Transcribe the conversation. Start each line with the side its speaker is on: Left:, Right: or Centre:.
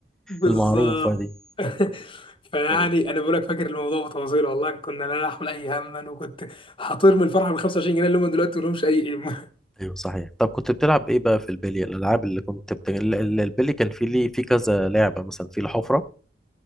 Left: بالظبط
Centre: المعروفه دي
Left: <laughs> فيعني
Centre: أيوة
Left: انا بقول لك فاكر الموضوع بتفاصيله والله كنا لا نحمل اي هما وكنت هطير من الفرحه بال 25 جنيه اللي هم دلوقتي ما لهمش اي قيمه
Centre: أيوة، صحيح طب كنت بتلعب ايه بقى في البلي الالعاب اللي كنت بت... ال- ال- البلي كان في ليه في كذا لعبه مثلا في الحفره